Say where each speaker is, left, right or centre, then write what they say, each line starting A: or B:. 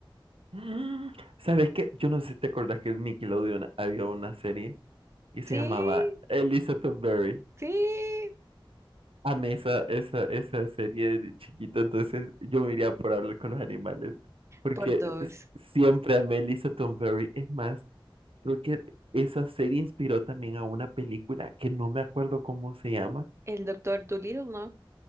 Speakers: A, on the right (about 85°); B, on the right (about 30°).
A: Mm, ¿Sabes qué? Yo no sé si te acordás que en Nickelodeon había una serie que se
B: Sí,
A: llamaba Elizabeth Berry.
B: sí,
A: Amé esa, esa, esa serie de chiquito, entonces yo me iría por hablar con los animales, porque
B: por dos.
A: s- siempre amé Elizabeth Berry. Es más, creo que esa serie inspiró también a una película que no me acuerdo cómo se llama,
B: El doctor Dolittle, ¿no?